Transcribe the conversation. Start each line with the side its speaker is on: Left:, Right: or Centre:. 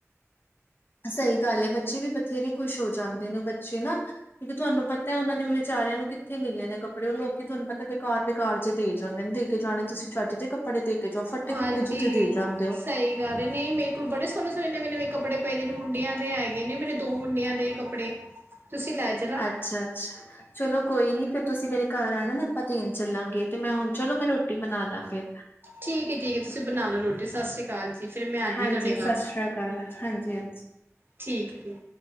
Left: ਸਹੀ ਗੱਲ ਹੈ ਬੱਚੇ ਵੀ ਬਥੇਰੇ ਖੁਸ਼ ਹੋ ਜਾਂਦੇ ਨੇ ਬੱਚੇ ਨਾ ਕਿਉਂਕਿ ਤੁਹਾਨੂੰ ਪਤਾ ਉਹਨਾਂ ਦੇ ਵਿਚਾਰਿਆਂ ਨੂੰ ਕਿੱਥੇ ਮਿਲੇ ਨੇ ਕੱਪੜੇ ਉਹ ਲੋਕੀ ਤੁਹਾਨੂੰ ਪਤਾ ਬੇਕਾਰ ਬਕਾਰ ਜੇ ਦੇ ਜਾਂਦੇ ਨੇ ਦੇ ਕੇ ਜਾਣੇ ਤੁਸੀਂ ਚਜ ਦੇ ਕੱਪੜੇ ਦੇ ਕੇ ਜਾਓ ਫੱਟੇ
Right: ਹਾਂਜੀ
Left: ਫੁੱਟੇ ਤੁਸੀਂ ਦੇ ਜਾਂਦੇ ਓ
Right: ਸਹੀ ਗੱਲ ਨਹੀਂ ਮੇਰੇ ਕੋਲ ਬੜੇ ਸੋਹਣੇ ਸੋਹਣੇ ਨਵੇਂ ਨਵੇਂ ਕੱਪੜੇ ਪਏਦੇ ਨੇ ਮੁੰਡਿਆਂ ਦੇ ਹੈਗੇ ਨੇ ਮੇਰੇ ਦੋ ਮੁੰਡਿਆਂ ਦੇ ਕੱਪੜੇ ਤੁਸੀਂ ਲੈ ਜਾਣਾ
Left: ਅੱਛਾ ਅੱਛਾ ਚਲੋ ਕੋਈ ਨੀ ਫਿਰ ਤੁਸੀਂ ਮੇਰੇ ਘਰ ਆਣਾ ਨਾ ਆਪਾਂ ਦੇਣ ਚੱਲਾਂਗੇ ਤੇ ਮੈਂ ਹੁਣ ਚਲੋ ਮੈਂ ਰੋਟੀ ਬਣਾ ਲਾ ਫਿਰ
Right: ਠੀਕ ਹੈ ਠੀਕ ਹੈ ਤੁਸੀਂ ਬਣਾ ਲਓ ਰੋਟੀ ਸਤਿ ਸ਼੍ਰੀ ਅਕਾਲ ਜੀ ਫਿਰ ਮੈਂ ਆਉਂਦੀ
Left: ਹਾਂਜੀ
Right: ਤੁਹਾਡੇ
Left: ਸਤਿ
Right: ਘਰ
Left: ਸ੍ਰੀ ਅਕਾਲ ਹਾਂਜੀ ਹਾਂਜੀ
Right: ਠੀਕ ਹੈ ਠੀਕ